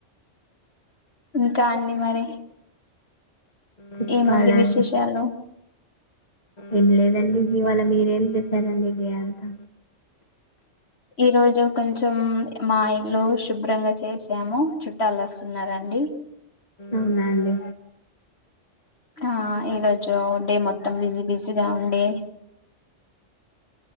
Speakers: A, on the left; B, on the left.
A: ఇంకా అండి మరి.
B: చెప్పాలండి
A: ఏముంది విశేషాలు.
B: ఏం లేదండి ఇవాళ మీరేం చేసారండి డే అంతా.
A: ఈ రోజు కొంచం మా ఇల్లు శుభ్రంగా చేసాము. చుట్టాలు వస్తున్నారండి.
B: అవునా అండి.
A: ఆ ఈరోజు డే మొత్తం బిజీ బిజీగా ఉండి.